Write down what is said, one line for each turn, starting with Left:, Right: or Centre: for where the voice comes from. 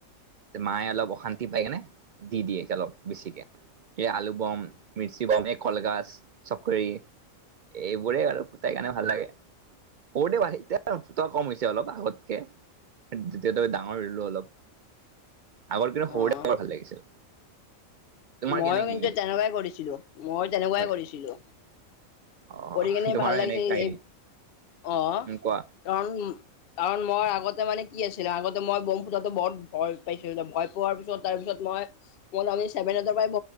Right: তে, মায়ে অলপ অশান্তি পাই কেনে দি দিয়ে <unintelligible> বেছিকে। এই আলু বম, মিৰ্চি বম, এই কলগাছ, চকৰি। এইবোৰে আৰু ফুতাই কানে ভাল লাগে। সৰুতে ভাল এতিয়া ফুটোৱা কম হৈছে অলপ আগতকে। যিতেটো ডাঙৰ হ'লো অলপ। আগৰ দিনত সৰুতে
Left: অ
Right: বৰ ভাল লাগিছিল। তোমাৰ
Left: ময়ো
Right: কেনেকি
Left: কিন্তু তেনেকুৱাই কৰিছিলো মইয়ো তেনেকুৱাই
Right: হয়
Left: কৰিছিলো
Right: অ
Left: পঢ়ি কেনে
Right: তোমাৰো
Left: ভাল লাগিছে
Right: সেনেকে কাহিনী
Left: এই আহ
Right: উম কোৱা
Left: কাৰণ উ কাৰণ মই আগতে মানে কি আছিলে আগতে মই বম ফুটাতো বহুত ভয় পাইছিলো ভয় পোৱাৰ পিছত তাৰপিছত মই মইপনি ছেভেন এইটৰ পৰাই